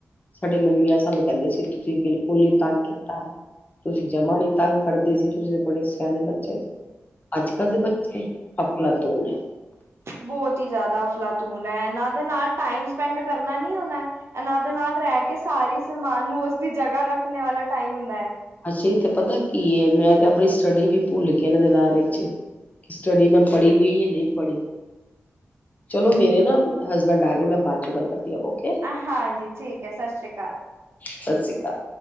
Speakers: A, on the left; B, on the right.
A: ਸਾਡੇ ਮੰਮੀਆਂ ਸਾਨੂੰ ਕਹਿੰਦੇ ਸੀ, ਤੁਸੀਂ ਬਿਲਕੁਲ ਨੀ ਤੰਗ ਕੀਤਾ। ਤੁਸੀਂ ਜਮਾ ਨੀ ਤੰਗ ਕਰਦੇ ਸੀ, ਤੁਸੀਂ ਤੇ ਬੜੇ ਸੇਆਣੇ ਬੱਚੇ ਸੀ, ਅੱਜ-ਕੱਲ ਦੇ ਬੱਚੇ ਅਫਲਾਤੂਨ ਐ।
B: ਬਹੁਤ ਹੀ ਯਾਦਾ ਅਫਲਾਤੂਨ ਐ ਏਨਾਂ ਦੇ ਨਾਲ ਟਾਈਮ ਸਪੈਂਡ ਕਰਨਾ ਨੀ ਓਨਾ ਐਨਾਂ ਦੇ ਨਾਲ ਰੈ ਕੇ ਸਾਰੀ ਸਮਾਨ ਨੂੰ ਓਸਦੀ ਜਗਾ ਰੱਖਣੇ ਵਾਲਾ ਟਾਈਮ ਹੁੰਦਾ ਏ।
A: ਅਸੀਂ ਤੇ ਪਤਾ ਕੀ ਏ ਮੈਂ ਤੇ ਪਣੀ ਸਟੱਡੀ ਵੀ ਭੁੱਲ ਗਈ ਏਨਾਂ ਦੇ ਲਾਰੇ ਚ ਸਟਡੀ ਮੈਂ ਪੜ੍ਹੀ ਵੀ ਏ ਜਾਂ ਨਈ ਪੜ੍ਹੀ। ਚਲੋ ਮੇਰੇ ਨਾ ਹਸਬੈਂਡ ਆ ਗਏ ਮੈਂ ਬਾਅ ਚੋਂ ਗੱਲ ਕਰਦੀ ਆਂ ਓਕੇ।
B: ਆ ਹਾਂਜੀ ਠੀਕ ਐ ਸਛੀ ਕਾਲ।
A: ਸਾਸੀ ਕਾਲ।